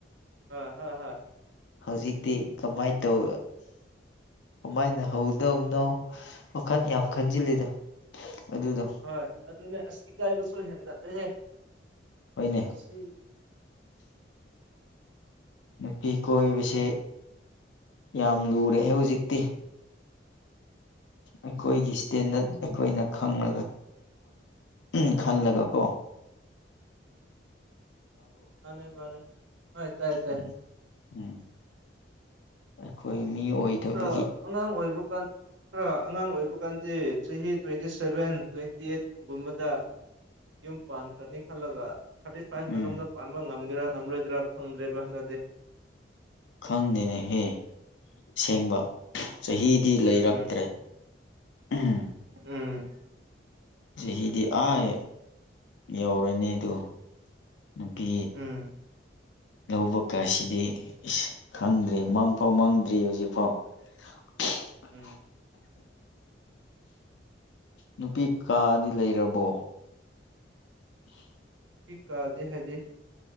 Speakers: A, on the right; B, on the left.
A: ꯍ ꯍꯣꯏ ꯍꯣꯏ
B: ꯍꯧꯖꯤꯛꯇꯤ ꯀꯃꯥꯏꯅ ꯇꯧ ꯀꯃꯥꯏꯅ ꯍꯧꯗꯧꯅꯣ ꯋꯥꯈꯜ ꯌꯥꯝ ꯈꯟꯖꯤꯜꯂꯤꯗ ꯑꯗꯨꯗꯣ
A: ꯍꯣꯏ ꯑꯗꯨꯅꯦ ꯑꯁ ꯏꯀꯥꯏꯕꯁꯨ ꯍꯦꯟꯒꯠꯂꯨꯍꯦ
B: ꯍꯣꯏꯅꯦ
A: ꯁꯤ
B: ꯅꯨꯄꯤ ꯀꯣꯏꯕꯁꯦ ꯌꯥꯝ ꯂꯨꯔꯦ ꯍꯧꯖꯤꯛꯇꯤ ꯑꯩꯈꯣꯏꯒꯤ ꯏꯁꯇꯦꯟꯗꯔꯠ ꯑꯩꯈꯣꯏꯅ ꯈꯪꯉꯒ ꯎ ꯈꯜꯂꯒ ꯀꯣ
A: ꯃꯥꯅꯦ ꯃꯥꯅꯦ ꯍꯥꯏ ꯇꯥꯏ ꯇꯥꯏ
B: ꯎꯝ ꯎꯝ ꯑꯩꯈꯣꯏ ꯃꯤ ꯑꯣꯏꯗꯕꯒꯤ
A: ꯈꯔ ꯑꯉꯥꯡ ꯑꯣꯏꯕ ꯀꯥꯟ ꯈꯔ ꯑꯉꯥꯡ ꯑꯣꯏꯕ ꯀꯥꯟꯗꯤ ꯆꯍꯤ ꯇ꯭ꯋꯦꯟꯇꯤ ꯁꯚꯦꯟ ꯇ꯭ꯋꯦꯟꯇꯤ ꯑꯩꯠꯒꯨꯝꯕꯗ ꯌꯨꯝ ꯄꯥꯟꯈ꯭ꯔꯅꯤ ꯈꯜꯂꯒ ꯊꯥꯔꯇꯤ ꯐꯥꯏꯚ ꯃꯅꯨꯡꯗ
B: ꯎꯝ
A: ꯄꯥꯟꯕ ꯉꯝꯒꯦꯔꯥ ꯉꯝꯂꯣꯏꯗ꯭ꯔꯥ ꯈꯪꯗ꯭ꯔꯦꯕ ꯍꯟꯗꯗꯤ
B: ꯈꯪꯗꯦꯅꯦꯍꯦ ꯁꯦꯡꯕ ꯆꯍꯤꯗꯤ ꯂꯩꯔꯛꯇ꯭ꯔꯦ
A: ꯎꯝ
B: ꯎꯝ
A: ꯎꯝ
B: ꯆꯍꯤꯗꯤ ꯑꯥꯏ ꯌꯧꯔꯅꯤꯗꯣ ꯅꯨꯄꯤ
A: ꯎꯝ
B: ꯂꯧꯕ ꯀꯥꯁꯤꯗꯤ ꯈꯪꯗ꯭ꯔꯤ ꯃꯪꯐꯥꯎ ꯃꯪꯗ꯭ꯔꯤ ꯍꯧꯖꯤꯛꯐꯥꯎ <unintelligible>
A: ꯎꯝ
B: ꯅꯨꯄꯤ ꯀꯥꯗꯤ ꯂꯩꯔꯕꯣ <unintelligible>
A: ꯄ ꯀꯥꯗꯦ ꯍꯥꯏꯗꯤꯦ